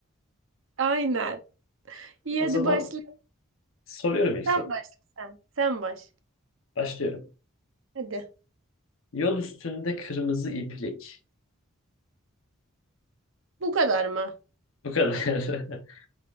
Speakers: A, on the right; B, on the left.
A: <laughs> Aynen. İyi
B: O
A: hadi
B: zaman
A: başla.
B: soruyorum ilk
A: Sen
B: soru.
A: başla sen. Sen baş.
B: Başlıyorum.
A: Hadi.
B: Yol üstünde kırmızı iplik.
A: Bu kadar mı?
B: Bu kadar. <laughs>